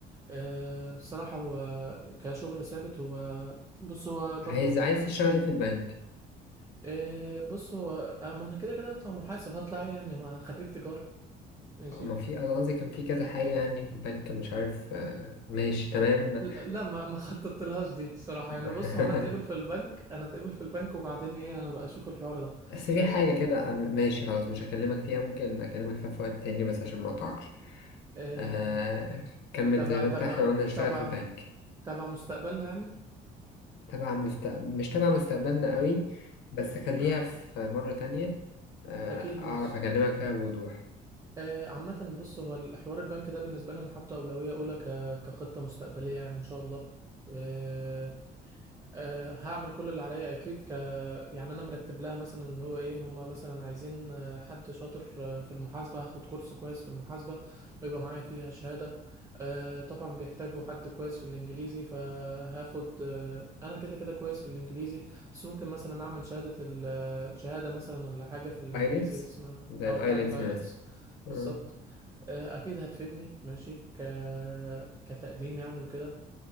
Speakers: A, on the right; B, on the left.
A: آه، الصراحة هو كشغل ثابت هو بص هو برضو
B: عايز عايز
A: نفس
B: تشتغل ايه في البنك
A: إيه بص هو آه، ما انا كده كده هطلع محاسب هطلع ايه يعني ما خريج تجارة ماشي
B: ما في انا قصدي كان في كذا حاجة يعني في البنك مش عارف آه، ماشي تمام
A: ل- لا ما ما خططت لهاش دي صراحة
B: <laughs>
A: يعني بص هو انا اتقبل في البنك انا اتقبل في البنك وبعدين ايه انا بقى اشوف الحوار ده
B: بس في
A: ماشي
B: حاجة كده آه، ماشي خلاص مش هكلمك فيها ممكن أكلمك فيها في وقت تاني بس عشان ما أقطعكش
A: إيه
B: آه كمل
A: تبع
B: زي ما
A: تبع
B: أنت إحنا قلنا نشتغل
A: تبع
B: في البنك
A: تبع مستقبلنا يعني
B: تبع مست... مش تبع مستقبلنا قوي بس خليها
A: اه
B: في مرة تانية آه
A: اكيد ماشي
B: أعرف أكلمك فيها بوضوح
A: آه، عامة بص هو الحوار البنك ده بالنسبة لي أنا حاطه أولوية أولى ك... كخطة مستقبلية يعني إن شاء الله آه، أه هعمل كل اللي عليا اكيد ك يعني انا مرتب لها مثلا اللي هو ايه هما مثلا عايزين آه، حد شاطر آه، في المحاسبه هاخد كورس كويس في المحاسبه ويبقى معايا فيها شهاده أه طبعا بيحتاجوا حد كويس في الانجليزي فهاخد أه انا كده كده كويس في الانجليزي بس ممكن مثلا اعمل شهاده ال... آه، شهاده مثلا ولا حاجه في الانجليزي
B: ايلتس
A: اللي اسمها
B: زي
A: اه
B: الايلتس
A: بتاعه الايلتس
B: مثلا آه،
A: بالظبط آه، اكيد هتفيدني ماشي ك كتقديم يعني وكده